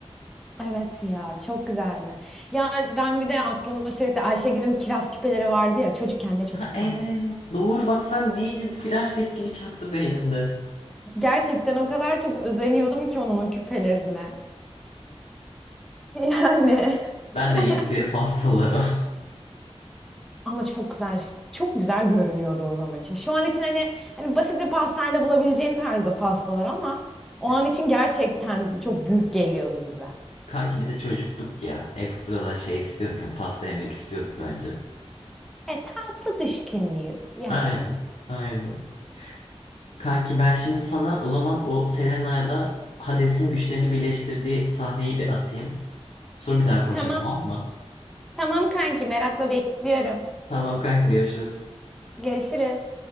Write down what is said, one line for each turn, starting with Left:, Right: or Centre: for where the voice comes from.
Centre: Evet ya çok güzeldi. Ya ben bir de aklıma sürekli Ayşegül'ün kiraz küpeleri vardı ya. Çocukken ne çok
Left: Ha,
Centre: isterdim.
Left: evet doğru bak sen deyince flashback gibi çaktı beynimde.
Centre: Gerçekten o kadar çok özeniyordum ki onun o küpelerine. Yani.
Left: Ben
Centre: <laughs>
Left: de yedikleri pastalara. <laughs>
Centre: Ama çok güzel çok güzel görünüyordu o zaman için. Şu an için hani hani basit bir pastanede bulabileceğin tarzda pastalar ama o
Left: Ya,
Centre: an için gerçekten çok büyük geliyordu bize.
Left: kanki bir de çocuktuk ya. Ekstradan şey istiyorduk hani pasta yemek istiyorduk bence.
Centre: E tatlı düşkünlüğü yani.
Left: Aynen, aynen. Kanki ben şimdi sana o zaman o Selena'ya da Hades'in güçlerini birleştirdiği sahneyi bir atayım. Sonra bir daha konuşalım
Centre: Tamam.
Left: tamam mı?
Centre: Tamam kanki merakla bekliyorum.
Left: Tamam kanki görüşürüz.
Centre: Görüşürüz.